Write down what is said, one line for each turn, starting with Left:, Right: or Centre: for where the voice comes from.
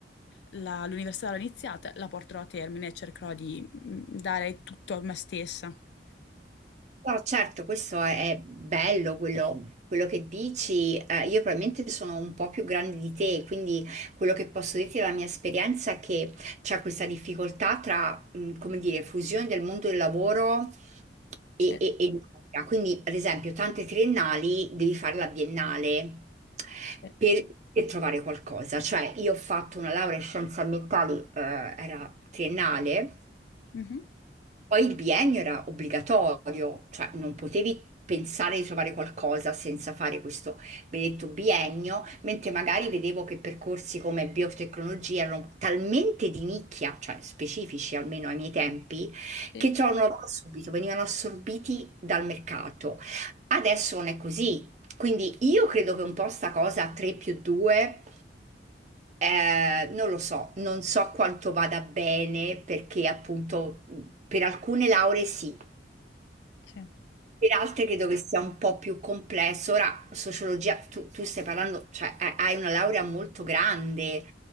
Left: la- l'università l'ho iniziata, la porterò a termine e cercherò di mm, dare tutto a me stessa.
Right: No, certo, questo è, è bello quello, quello che dici. Eh, io probabilmente sono un po' più grande di te, quindi quello che posso dirti dalla mia esperienza è che c'è questa difficoltà tra, mh, come dire, fusione del mondo del lavoro e,
Left: Sì,
Right: e, e... l'università. Quindi, ad esempio, tante triennali devi fare la biennale
Left: sì,
Right: per, per trovare qualcosa. Cioè, io ho fatto una laurea in scienze ambientali, eh, era triennale.
Left: Mhm.
Right: Poi il biennio era obbligatorio, cioè non potevi pensare di trovare qualcosa senza fare questo benedetto biennio, mentre magari vedevo che percorsi come biotecnologia erano talmente di nicchia, cioè specifici almeno ai miei tempi,
Left: sì,
Right: che trovano lavoro subito, venivano assorbiti dal mercato. Adesso non è così. Quindi io credo che un po' sta cosa 3 più 2 eh, non lo so, non so quanto vada bene perché appunto mh, per alcune lauree sì,
Left: sì,
Right: per altre credo che sia un po' più complesso. Ora, sociologia, tu, tu stai parlando, cioè ha- hai una laurea molto grande,